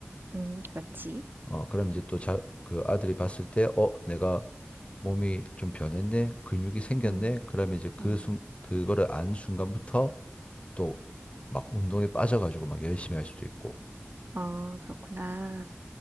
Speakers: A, on the right (about 50°); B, on the left (about 25°).
A: 음, 그렇지.
B: 어, 그럼 이제 또 자, 그 아들이 봤을 때, 어, 내가 몸이 좀 변했네? 근육이 생겼네?
A: 응,
B: 그러면 이제 그
A: 응.
B: 순, 그거를 안 순간부터 또 막 운동에 빠져가지고 막 열심히 할 수도 있고,
A: 어, 그렇구나.